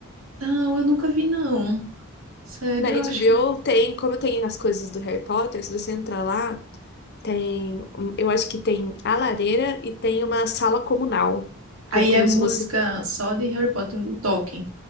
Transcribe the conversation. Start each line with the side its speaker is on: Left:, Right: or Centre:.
Right: Não, eu nunca vi, não. Sério,
Left: Na HBO
Right: eu acho que.
Left: tem, como tem as coisas do Harry Potter, se você entrar lá, tem, hum, eu acho que tem a lareira e tem uma sala comunal,
Right: aí
Left: que é como
Right: é música
Left: se fosse.
Right: só de Harry Potter, o Tolkien.